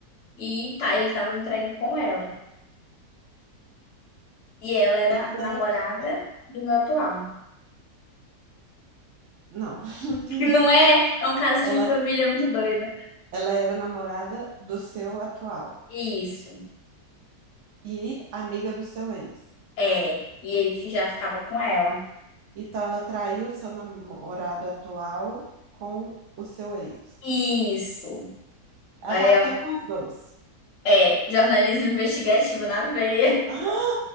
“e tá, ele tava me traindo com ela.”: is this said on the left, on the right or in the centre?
Left